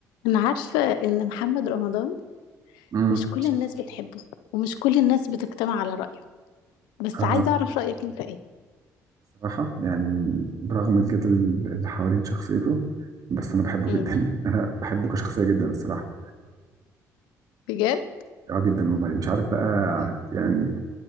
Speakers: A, on the left; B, on the right.
A: أنا عارفة إن محمد رمضان
B: امم
A: مش كل الناس بتحبه ومش كل الناس بتجتمع على رأيه بس
B: آه
A: عايزة أعرف رأيك أنت إيه
B: صراحة يعني برغم الجدل اللي حوالين شخصيته بس أنا بحبه
A: امم
B: جدا <laughs> أنا بحبه كشخصية جدا الصراحة
A: بجد
B: آه جدا والله مش عارف بقى يعني